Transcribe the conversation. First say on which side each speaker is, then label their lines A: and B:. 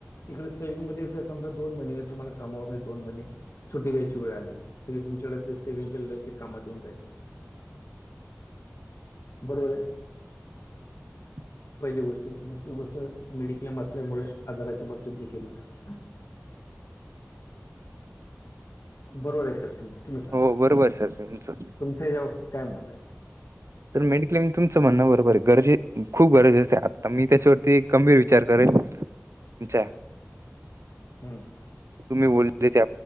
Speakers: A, on the left; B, on the right.
A: तिकडं सेविंग मध्ये जर समजा, दोन महिने तुम्हाला कामावर नाही, दोन महिने सुटी घ्यायची वेळ आली, तरी तुमच्याकडे ते सेव्हिंग केलेलं आहे ते कामातून जाईल. बरोबर आहे.
B: <inaudible>
A: पहिली गोष्ट. दुसरी गोष्ट मेडिक्लेम असल्यामुळे, आजाराच्या बाबतीत भीती नाही. बरोबर आहे का? तुम्ही सांगा?
B: हो बरोबर आहे सर तुमचं.
A: तुमचं याच्या बाबतीत काय मत आहे?
B: तर मेडिक्लेम तुमचं म्हणणं बरोबर आहे. गरजे खूप गरजेचं आहे आता. मी त्याच्यावरती गंभीर विचार करेल. अच्छा.
A: हम्म.
B: तुम्ही बोलले ते.